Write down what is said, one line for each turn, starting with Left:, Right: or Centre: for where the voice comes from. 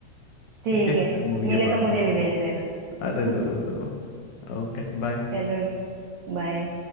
Right: ठीक
Left: ओके फिर
Right: है
Left: मूवी
Right: मिले
Left: के बाद
Right: तो मुझे
Left: बात करते
Right: भी भेज देना
Left: हैं। अरे
Right: <laughs>
Left: ज़रूर ज़रूर Okay bye
Right: चलो बाय